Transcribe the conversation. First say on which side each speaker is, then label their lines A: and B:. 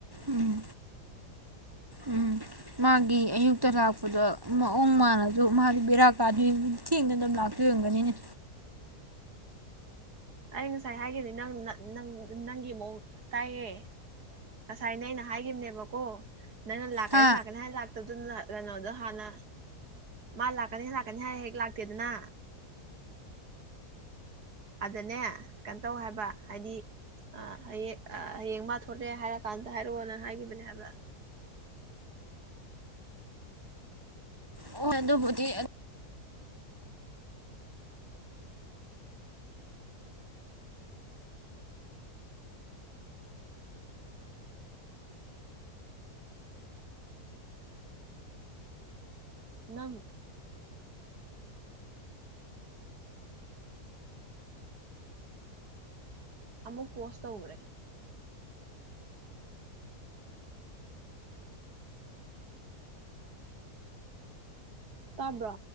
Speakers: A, on the right; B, on the right.
A: ꯎꯝ ꯎꯝ ꯃꯥꯒꯤ ꯑꯌꯨꯛꯇ ꯂꯥꯛꯄꯗ ꯃꯑꯣꯡ ꯃꯥꯟꯜꯅꯁꯨ ꯃꯥꯗꯤ ꯕꯦꯔꯥ ꯀꯥꯗꯣꯏ ꯊꯦꯡꯅ ꯑꯗꯨ ꯂꯥꯛꯇꯣꯏꯔꯝꯒꯅꯤꯅꯦ
B: ꯑꯩ ꯉꯁꯥꯏ ꯍꯥꯏꯈꯤꯕꯅꯤ ꯅꯪ ꯅꯪꯒꯤ ꯃꯑꯣꯡ ꯀꯥꯏꯌꯦꯦ ꯉꯁꯥꯏꯅꯦ ꯑꯩꯅ ꯍꯥꯏꯈꯤꯕꯅꯦꯕꯀꯣ ꯅꯪꯅ ꯂꯥꯛꯀꯅꯤ
A: ꯍꯥ
B: ꯂꯥꯛꯀꯅꯤ ꯍꯥꯏꯅ ꯂꯥꯛꯇꯕꯗꯨ ꯅꯅ ꯀꯩꯅꯣꯗꯣ ꯍꯥꯟꯅ ꯃꯥ ꯂꯥꯛꯀꯅꯤ ꯂꯥꯛꯀꯅꯤ ꯍꯥꯏꯔ ꯍꯦꯛ ꯂꯥꯛꯇꯦꯗꯅ ꯑꯗꯨꯗꯅꯦ ꯀꯩꯅꯣ ꯇꯧ ꯍꯥꯏꯕ ꯍꯥꯏꯗꯤ ꯑ ꯑꯌꯦꯦ ꯍꯡ ꯃꯥ ꯊꯣꯛꯂꯦ ꯍꯥꯏꯔꯛ ꯀꯀꯥꯟꯗ ꯍꯥꯏꯔꯛꯑꯣꯅ ꯍꯥꯏꯈꯤꯕꯅꯦ ꯍꯥꯏꯕ
A: ꯑꯣ ꯑꯗꯨꯕꯨꯗꯤ
B: ꯅꯪ ꯑꯃꯃꯛ ꯄꯣꯁ ꯇ ꯎꯔꯦ ꯇꯥꯕ꯭ꯔꯣ